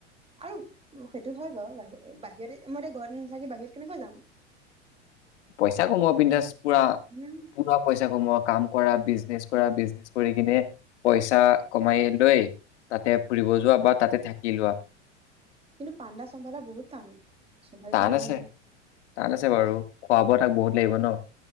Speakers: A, on the right; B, on the left.
A: আৰু সেইটো হয় বাৰু বাহিৰ বাহিৰতে মই এতিয়া ঘৰত নাথাকি বাহিৰত কেনেকৈ যাম।
B: পইচা কমোৱা বিন্দাছ পুৰা-
A: উম
B: পুৰা পইচা কমোৱা কাম কৰা বিজনেছ কৰা বিজনেছ কৰি কিনে পইচা কমাই লৈ তাতে ফুৰিব যোৱা বা তাতে থাকি লোৱা।
A: কিন্তু পাণ্ডা চম্ভালা বহুত টান। চম্ভালিব
B: টান
A: নোৱাৰি।
B: আছে টান আছে বাৰু। খোৱা বোৱা তাক বহুত লাগিব ন'